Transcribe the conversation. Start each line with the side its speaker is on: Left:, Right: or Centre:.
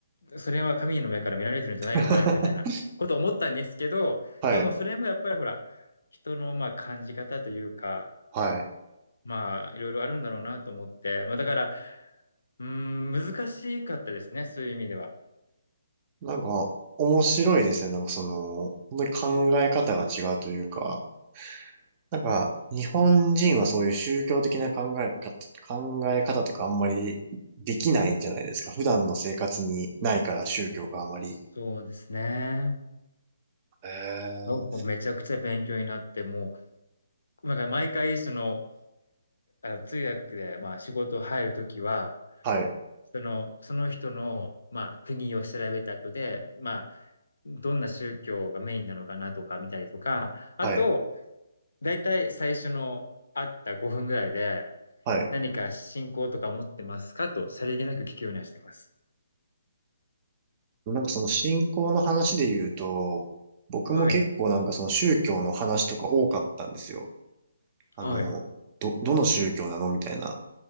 Left: それは神の目から見られてるんじゃないのかなみたいなこと思ったんですけど、
Right: <laughs> はい。
Left: でもそれもやっぱりほら、人のまあ感じ方というか、
Right: はい。
Left: まあいろいろあるんだろうなと思って、まあだから、うーん、難しかったですね、そういう意味では。
Right: なんか面白いですね。なんかその、本当に考え方が違うというか、なんか日本人はそういう宗教的な考え方、考え方とかあんまりできないじゃないですか。普段の生活にないから宗教があまり。
Left: そうですね。
Right: え
Left: なんかめちゃくちゃ勉強になって、もう、なんか毎回その、あの通訳でまあ仕事入るときは、
Right: はい、
Left: その、その人の、まあ、国を調べた後で、まどんな宗教がメインなのかなとか見たりとか、あと、
Right: はい、
Left: だいたい最初の会った5分ぐらいで、
Right: はい。
Left: 何か信仰とか持ってますかと、さりげなく聞くようにはしてます。
Right: なんかその信仰の話で言うと、僕も結構なんかその宗教の話とか多かったんですよ。
Left: はい、
Right: あの、
Left: はい、
Right: ど、どの宗教なのみたいな。